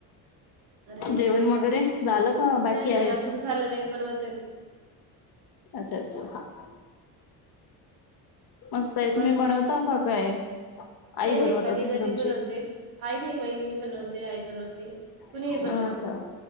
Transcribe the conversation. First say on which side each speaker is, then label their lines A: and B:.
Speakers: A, on the right (about 70°); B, on the left (about 50°).
A: करायचं
B: <inaudible> जेवण वगैरे झालं का बाकी
A: नाही नाही
B: आहे?
A: अजून झालं नाही बनवत आहेत
B: अच्छा अच्छा. मस्त आहे
A: माझी
B: तुम्ही बनवता का काय? आई
A: नाही
B: बनवत
A: नाही कधी
B: असेल
A: कधी
B: तुमची
A: बनवते आई नाही वहिनी बनवते, आई बनवते. कुणीही
B: अच्छा
A: बनवत.